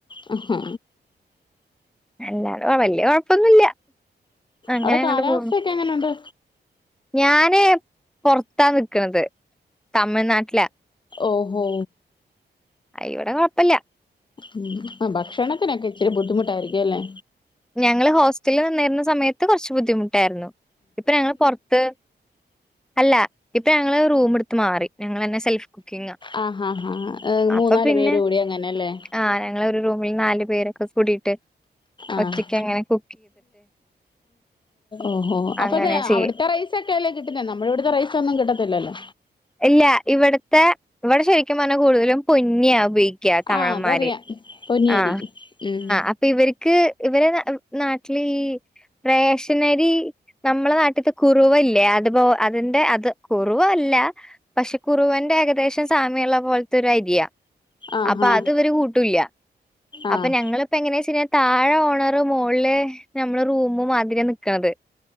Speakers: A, on the left; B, in the centre.
A: ഹഹാ
B: എല്ലാതെ വല്യ കൊഴപ്പൊന്നുല്ല അങ്ങനെ
A: അവിടെ
B: അങ്ങട്ട്
A: കാലാവസ്ഥൊക്കെ
B: പോണ്
A: എങ്ങനുണ്ട്.
B: ഞാന് പുറത്താ നിക്ക്‌ണത് തമിഴ്നാട്ടിലാ
A: ഓഹോ
B: ഇവിടെ കൊയ്പ്പല്ല.
A: ഉം ആ ഭക്ഷണത്തിനൊക്കെ ഇച്ചിരി ബുദ്ധിമുട്ടായിരിക്കും ല്ലേ
B: ഞങ്ങള് ഹോസ്റ്റല് നിന്നിരുന്ന സമയത്ത് കുറച്ച് ബുദ്ധിമുട്ടായ്രുന്നു. ഇപ്പൊ ഞങ്ങള് പൊറത്ത് അല്ല ഇപ്പൊ ഞങ്ങള് റൂമ് ഇട്ത്ത് മാറി ഞങ്ങൾന്നെ സെൽഫ് കുക്കിങ്ങാ
A: ആഹ് ആഹ് ആഹ് മൂന്നാല്
B: അപ്പോ പിന്നെ
A: പേര് കൂടി അങ്ങനല്ലേ
B: ആ ഞങ്ങളെരുറൂ ഒരു നല് പേരൊക്കെ കൂടിയിട്ട്
A: ആഹ്
B: ഒറ്റക്ക്ങ്ങനെ കൂ
A: ഓഹോ അപ്പൊ
B: അങ്ങനെ ചെയ്യും.
A: അവിടുത്തെ റൈസ ഒക്കെല്ലേ കിട്ടുന്നേ നമ്മളെ വിടുത്തെ റൈസ് ഒന്നും കിട്ടത്തില്ലല്ലോ
B: ഇല്ല ഇവിടത്തെ ഇവിടെ ശരിക്കും പറഞ്ഞാൽ കൂടുതലും പൊന്നിയ ഉപയോഗിക്ക തമഴന്മാർ
A: ആഹ് അതറിയാം പൊന്നിയരി
B: ആ
A: ഉം
B: അപ്പ ഇവർക്ക് ഇവര് നാട്ടില് ഈ റേഷനരി നമ്മളെ നാട്ട്ത്തെ കുറവല്ലേ അത്പ്പോ അതിന്റെ അത് കുറവല്ല പക്ഷെ കുറുവന്റെ ഏകദേശം സാമ്യുള്ള പോലത്തെ ഒരു അരിയ
A: ആഹാ
B: അപ്പൊ അത് ഇവര് കൂട്ടൂല്ല
A: ആഹ്
B: അപ്പൊ ഞങ്ങളിപ്പോ എങ്ങനെ ചെയ്‌ഞ്ഞാ താഴെ ഓണർ മോളില് നമ്മള് റൂമ് മാതിരി നക്ക്‌ണത്